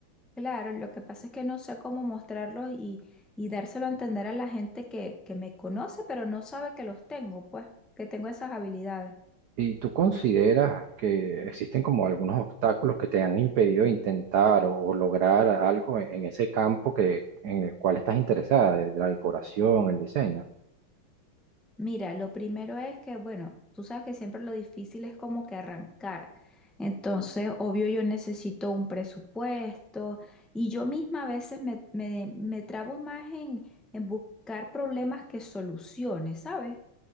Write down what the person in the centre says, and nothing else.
Claro, lo que pasa es que no sé cómo mostrarlos y, y dárselo a entender a la gente que, que me conoce, pero no sabe que los tengo, pues, que tengo esas habilidades.
Mira, lo primero es que, bueno, tú sabes que siempre lo difícil es como que arrancar. Entonces, obvio, yo necesito un presupuesto y yo misma a veces me, me, me trabo más en, en buscar problemas que soluciones, ¿sabes?